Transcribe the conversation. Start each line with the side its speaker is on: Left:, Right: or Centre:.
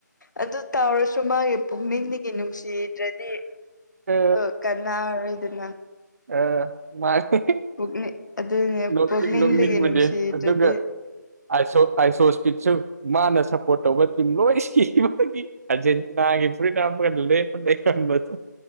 Left: ꯑꯗꯨ ꯇꯧꯔꯁꯨ ꯃꯥꯒꯤ ꯄꯨꯛꯅꯤꯡꯗꯒꯤ ꯅꯨꯡꯁꯤꯗ꯭ꯔꯗꯤ
Right: ꯑ
Left: ꯑꯗꯨ ꯀꯅꯥꯔꯣꯏꯗꯅ
Right: ꯑ ꯃꯥꯅꯦ
Left: ꯄꯨꯛꯅꯤꯡ ꯑꯗꯨꯅꯦ
Right: ꯅꯣꯛꯇꯤ
Left: ꯄꯨꯛꯅꯤꯡꯗꯒꯤ
Right: ꯅꯣꯛꯅꯤꯡꯕꯅꯦ
Left: ꯅꯨꯡꯁꯤꯗ꯭ꯔꯗꯤ
Right: ꯑꯗꯨꯒ ꯑꯥꯏꯁꯣ ꯑꯥꯏꯁꯣ ꯁꯄꯤꯠꯁꯨ ꯃꯥꯅ ꯁꯞꯄꯣꯔꯠ ꯇꯧꯕ ꯇꯤꯝ ꯂꯣꯏ ꯁꯤꯕ ꯑꯥꯔꯖꯦꯟꯇꯤꯅꯥꯒꯤ ꯐꯨꯔꯤꯠ ꯍꯥꯞꯄꯒ ꯂꯦꯞꯄ ꯂꯩꯔꯝꯕꯗꯣ